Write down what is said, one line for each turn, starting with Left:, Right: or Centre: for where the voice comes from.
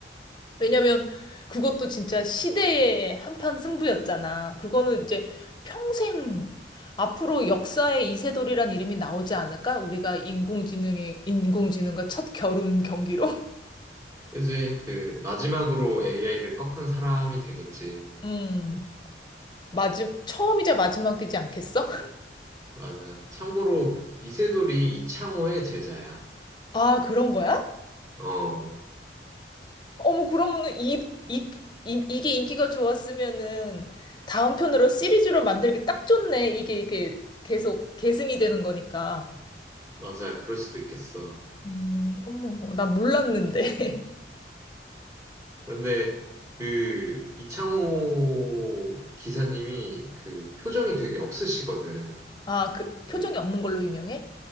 Left: 왜냐면 그것도 진짜 시대의 한판 승부였잖아. 그거는 이제 평생 앞으로 역사에 이세돌이란 이름이 나오지 않을까? 우리가 인공지능의 인공지능과 첫 겨룬 경기로. <laughs>
Right: 그지? 그 마지막으로 AI를 꺾은 사람이 되겠지.
Left: 음. 마지, 처음이자 마지막이지 않겠어?
Right: 맞아. 참고로 이세돌이 이창호의 제자야.
Left: 아, 그런 거야?
Right: 어,
Left: 어머, 그러면은 이, 이, 이, 이게 인기가 좋았으면은 다음 편으로 시리즈로 만들기 딱 좋네. 이게, 이게 계속 계승이 되는 거니까.
Right: 맞아. 그럴 수도 있겠어.
Left: 음, 어머, 어머, 나 몰랐는데. <laughs>
Right: 그런데 그 이창호 기사님이 그 표정이 되게 없으시거든.
Left: 아, 그
Right: 네.
Left: 표정이 없는 걸로 유명해?